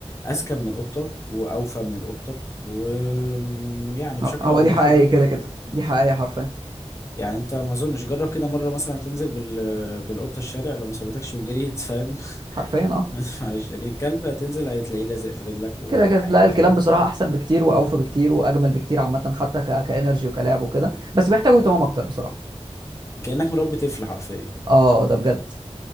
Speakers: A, on the left; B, on the right.
A: اذكى من القطة واوفى من القطة ويعني
B: آه،
A: بشكل
B: هو
A: او
B: دي
A: باخر
B: حقيقي
A: برضه
B: كده
A: هيبقى
B: كده
A: مفيد
B: دي حقيقي حرفيا
A: يعني انت ما اظنش جرب كده مره مثلا تنزل بال بالقطه الشارع لو ما سابتكش وجريت فاهم
B: حرفيا اه
A: <laughs> معلش لكن الكلب هتنزل هتلاقيه لازق في رجلك ومعاك
B: كده كده لا
A: دايما
B: الكلاب بصراحه احسن بكتير واوفى بكتير واجمل بكتير عامه حتى ك... كانرجي وكلعب وكده بس بيحتاجوا اهتمام اكتر بصراحه
A: كانك مربي طفل حرفيا
B: اه ده بجد